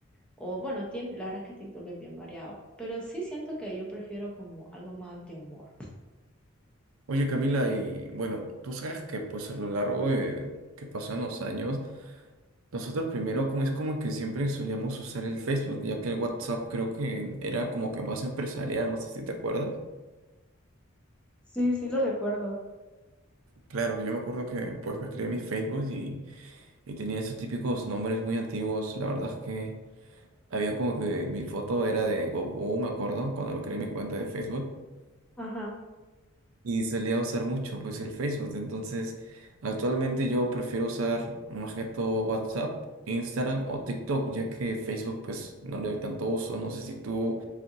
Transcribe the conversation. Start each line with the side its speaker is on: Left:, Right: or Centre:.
Centre: o bueno, tiene, la verdad es que TikTok es bien variado, pero sí siento que yo prefiero como algo más de humor.
Right: Oye, Camila, y bueno, tú sabes que pues a lo largo de que pasan los años, nosotros primero como es como que siempre solíamos usar el Facebook, ya que el WhatsApp creo que era como que más empresarial, no sé si te acuerdas.
Centre: Sí, sí lo recuerdo.
Right: Claro, yo me acuerdo que pues me creé mi Facebook y, y tenía esos típicos nombres muy antiguos. La verdad es que había como que mi foto era de Goku, me acuerdo, cuando me creé mi cuenta de Facebook.
Centre: Ajá.
Right: y solía usar mucho pues el Facebook. Entonces, actualmente yo prefiero usar más que todo WhatsApp, Instagram o TikTok, ya que Facebook pues no le doy tanto uso. No sé si tú